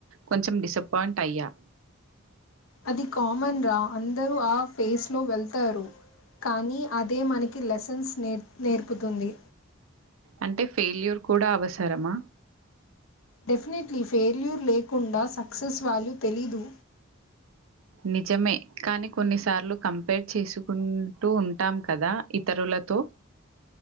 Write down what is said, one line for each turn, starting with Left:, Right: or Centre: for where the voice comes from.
Right: కొంచెం డిసప్పాయింట్ అయ్యా
Left: అది కామన్ రా అందరూ ఆ ఫేస్లో వెళ్తారు కానీ అదే మనకి లెసన్స్ నేర్ నేర్పుతుంది
Right: అంటే ఫెయిల్యూర్ కూడా అవసరమా
Left: డెఫినెట్లీ ఫెల్యూర్ లేకుండా సక్సెస్ వాల్యూ తెలీదు
Right: నిజమే కానీ కొన్నిసార్లు కంపేర్ చేసుకుంటూ ఉంటాం కదా ఇతరులతో